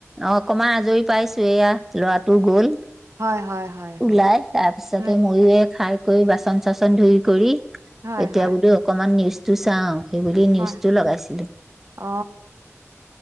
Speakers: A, in the centre; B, on the right (about 65°).
A: অ অকমান আজৰি পাইছোঁ, এয়া ল'ৰাটো গ'ল।
B: হয় হয় হয়
A: ওলাই,
B: হয়
A: তাৰপিছতে
B: হয়
A: মইয়ো এই খাই কৰি বাচন চাচন ধুই কৰি
B: হয়
A: এতিয়া
B: হয়
A: বোলো অকমান নিউজ টো চাওঁ। সেইবুলি নিউজটো
B: হয়
A: লগাইছিলোঁ।
B: অ